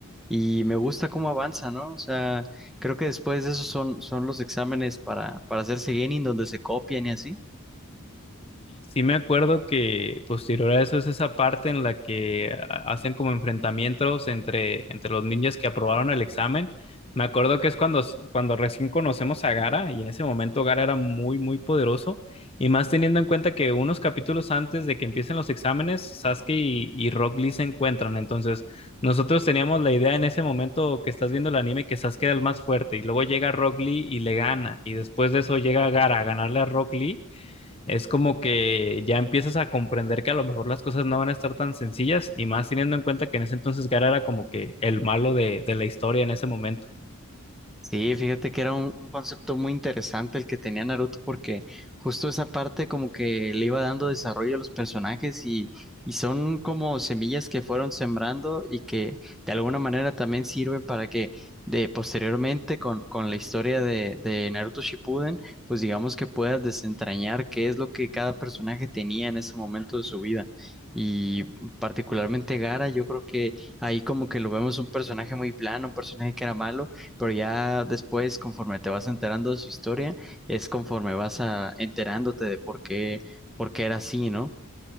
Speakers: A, in the centre; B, on the left.
A: Y me gusta cómo avanza, ¿no? O sea, creo que después de eso son, son los exámenes para, para hacerse genin, donde se copian y así.
B: Sí sí me acuerdo que posterior a eso es esa parte en la que ha- hacen como enfrentamientos entre, entre los ninjas que aprobaron el examen. Me acuerdo que es cuando, s- cuando recién conocemos a Gara y en ese momento Gara era muy, muy poderoso. Y más teniendo en cuenta que unos capítulos antes de que empiecen los exámenes, Sasuke y, y Rock Lee se encuentran. Entonces, nosotros teníamos la idea en ese momento que estás viendo el anime que Sasuke era el más fuerte y luego llega Rock Lee y le gana. Y después de eso llega Gara a ganarle a Rock Lee es como que ya empiezas a comprender que a lo mejor las cosas no van a estar tan sencillas y más teniendo en cuenta que en ese entonces Gara era como que el malo de, de la historia en ese momento.
A: Sí, fíjate que era un, un concepto muy interesante el que tenía Naruto porque justo esa parte como que le iba dando desarrollo a los personajes y, y son como semillas que fueron sembrando y que de alguna manera también sirven para que de posteriormente con, con la historia de, de Naruto Shippuden, pues digamos que puedas desentrañar qué es lo que cada personaje tenía en ese momento de su vida. Y particularmente Gara yo creo que ahí como que lo vemos un personaje muy plano, un personaje que era malo pero ya después, conforme te vas enterando de su historia, es conforme vas a, enterándote de por qué, por qué era así, ¿no?